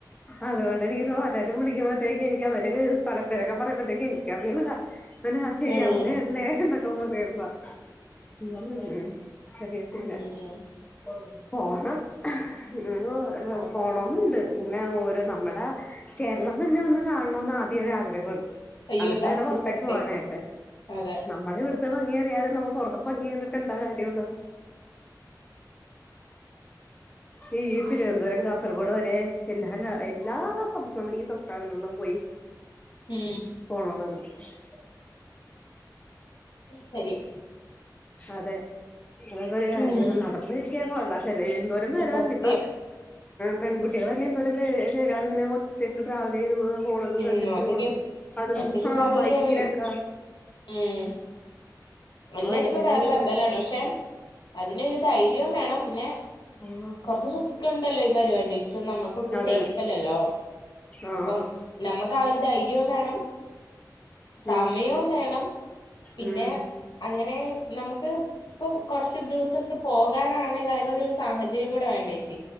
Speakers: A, on the left; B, on the left.
A: അതുകൊണ്ട് എനിക്കിപ്പോ പലരും വിളിക്കുമ്പത്തേക്ക് എനിക്ക് അവര്ക്ക് സ്ഥലപ്പേരൊക്കെ പറയുമ്പത്തേക്കും എനിക്കറിഞ്ഞൂടാ. പിന്നെ ആ ശെരി
B: ഉം.
A: അവിടെ ഉള്ളേ എന്നൊക്കെ <unintelligible> മ് ഉം അറിയത്തില്ല
B: ഉം.
A: <inaudible> പോണം, <unintelligible>
B: അതാ
A: പോണോന്നുണ്ട്. ഇന്നെ ഓരോ നമ്മടെ കേരളം തന്നെ ഒന്ന് കാണണോന്ന് ആദ്യം ഒരാഗ്രഹോണ്ട്.
B: അയ്യോ
A: അന്നിട്ട്
B: സത്യം
A: വേണ്ടേ പുറത്തേക്ക്
B: സത്യം
A: പോകാനായിട്ട്
B: അതെ
A: നമ്മടെ ഇവിടു ത്തെ ഭംഗി അറിയാതെ നമ്മ പൊറത്ത് ഭംഗി കണ്ടിട്ട് എന്താ കാര്യം ഒള്ളത്. ഈ തിരുവനന്തപുരം കാസർഗോഡ് വരെ എല്ലാരു അ എല്ലാ നമ്മുക്ക് നമ്മുടെ ഈ സംസ്ഥാനങ്ങളിലും പോയി
B: മ്
A: പോണോ <unintelligible>
B: ശെരിയ.
A: അതെ അതൊക്കെ ഒരു കാര്യാണ്
B: ഉം
A: നടന്ന് കിട്ടിയാ കൊള്ളാ. ചെല എന്തോരും പേരല്ലേ
B: സത്യം
A: ഇപ്പ പെൺകുട്ടികൾ തന്നെ എന്തോരം പേര് പേരാണിങ്ങനെ ഒറ്റയ്ക്ക് ട്രാവൽ ചെയ്ത് പോണത്
B: ഉം
A: സഞ്ചരിച്ചു
B: ഒറ്റക്ക്
A: പോണത് അതും
B: ഒറ്റക്ക്
A: ഹാ
B: ട്രാവൽ
A: ബൈക്കിലൊക്കെ
B: ചെയ്യാൻ ഉം എല്ലാരും
A: ഭയങ്കര
B: ഇപ്പേ വേറെ
A: ഇതായിരുന്നു
B: ലെവലാണ് പക്ഷെ അതിനരു ധൈര്യവും വേണം പിന്നെ
A: ആഹ്
B: കൊറച്ച് റിസ്ക് ഇണ്ടല്ലോ ഈ പരിപാടി ച്ച് നമുക്കൊട്ട്
A: അതെ
B: സേഫ് അല്ലല്ലോ
A: ആഹ്
B: ഇപ്പം നമ്മക്ക് ആ ഒരു ധൈര്യവും വേണം സമയവും
A: ഉം
B: വേണം പിന്നെ
A: ഉം
B: അങ്ങനെ നമുക്ക് ഇപ്പം കുറച്ചു ദിവസൊക്കെ പോകാനാണേല് അതിനുള്ളൊരു സാഹചര്യം കൂടെ വേണ്ടേച്ചി.